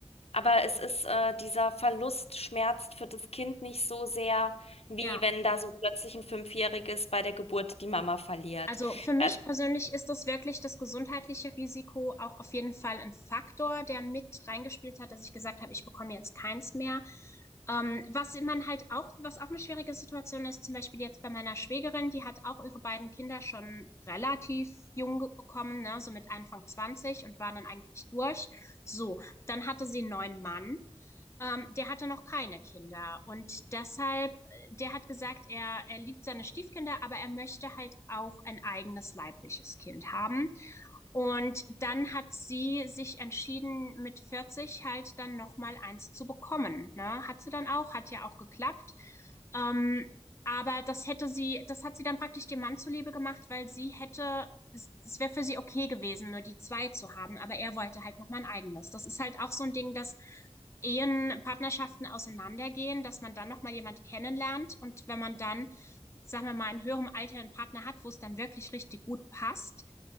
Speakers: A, on the left (about 70°); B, on the left (about 25°).
A: Aber es ist, äh, dieser Verlust schmerzt für das Kind nicht so sehr, wie
B: Ja,
A: wenn da so plötzlich ein Fünfjähriges bei der Geburt die Mama verliert.
B: also für mich
A: Also
B: persönlich ist das wirklich das gesundheitliche Risiko auch auf jeden Fall ein Faktor, der mit reingespielt hat, dass ich gesagt habe, ich bekomme jetzt keins mehr. Ähm, was man halt auch, was auch eine schwierige Situation ist, zum Beispiel jetzt bei meiner Schwägerin, die hat auch ihre beiden Kinder schon relativ jung ge- bekommen, ne, so mit Anfang 20 und war dann eigentlich durch. So, dann hatte sie einen neuen Mann. Ähm, der hatte noch keine Kinder und deshalb, äh, der hat gesagt, er, er liebt seine Stiefkinder, aber er möchte halt auch ein eigenes leibliches Kind haben. Und dann hat sie sich entschieden, mit 40 halt dann nochmal eins zu bekommen. Ne? Hat sie dann auch, hat ja auch geklappt. Ähm, aber das hätte sie, das hat sie dann praktisch dem Mann zuliebe gemacht, weil sie hätte, es, es wäre für sie okay gewesen, nur die zwei zu haben, aber er wollte halt nochmal ein eigenes. Das ist halt auch so ein Ding, dass Ehen, Partnerschaften auseinandergehen, dass man dann nochmal jemand kennenlernt und wenn man dann, sagen wir mal, in höherem Alter einen Partner hat, wo es dann wirklich richtig gut passt,